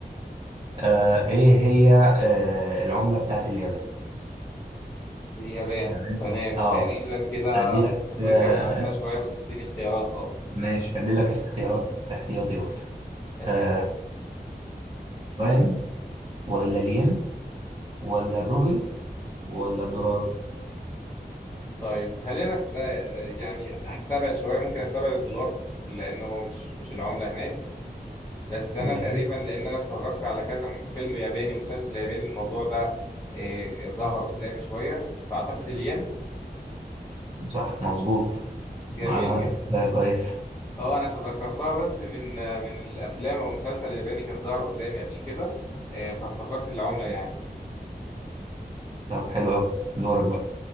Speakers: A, on the right; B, on the left.
A: آه ايه هي آه العملة بتاعت اليابان
B: اليابان
A: تمام
B: تمام
A: اه
B: تقريبا كده
A: ادي لك
B: اكون
A: آه
B: جمعتها
A: أد-
B: شويه بس اديني اختيارات اه
A: ماشي ادي لك اختيارات احتياطي برضه
B: تمام
A: آه يوان ولا الين ولا الروبل ولا الدولار
B: طيب خلينا است... آه، يعني هستبعد شويه ممكن استبعد الدولار في... في- لان هو مش مش العمله هناك بس انا
A: ماشي
B: تقريبا لان انا اتفرجت على كذا فيلم ياباني ومسلسل ياباني الموضوع ده آه، ظهر قدامي شويه فاعتقد الين
A: صح مظبوط
B: جميل
A: معلوماتك
B: جدا
A: آه، كويسة
B: اه انا تذكرتها بس من آه، من الافلام او المسلسل الياباني كان ظهر قدامي قبل كده آه، فافتكرت العمله يعني
A: طب حلو قوي دورك بقى